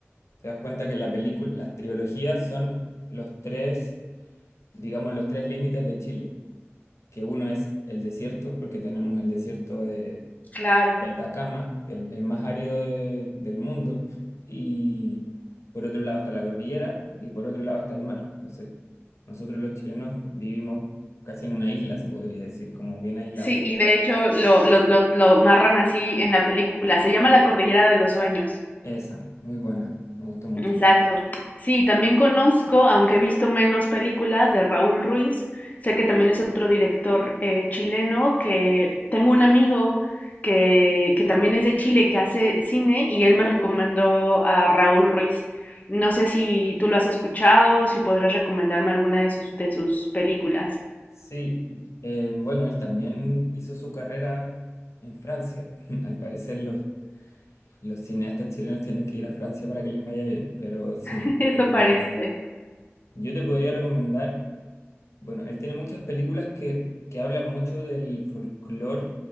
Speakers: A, on the left; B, on the left.
A: te das cuenta que la película, las trilogías son los tres, digamos, los tres límites de Chile. Que uno es el desierto, porque tenemos el desierto de,
B: Claro,
A: de Atacama, el, el más árido de- del mundo. Y por otro lado está la cordillera y por otro lado está el mar. Entonces, nosotros los chilenos vivimos casi en una isla, se podría decir, como bien aislados.
B: sí, y de hecho lo, lo, lo, lo narran así en la película, se llama la cordillera de los sueños.
A: Esa, muy buena, me gustó mucho.
B: Exacto. Sí, también conozco, aunque he visto menos películas, de Raúl Ruiz. Sé que también es otro director eh, chileno, que tengo un amigo que, que también es de Chile, que hace cine, y él me recomendó a Raúl Ruiz. No sé si tú lo has escuchado o si podrás recomendarme alguna de sus, de sus películas.
A: Sí, eh, bueno, él también hizo su carrera en Francia. <laughs> Al parecer los, los cineastas chilenos tienen que ir a Francia para que les vaya bien, pero sí,
B: <laughs> Eso
A: eh,
B: parece.
A: yo te podría recomendar, bueno, él tiene muchas películas que, que hablan mucho del folclore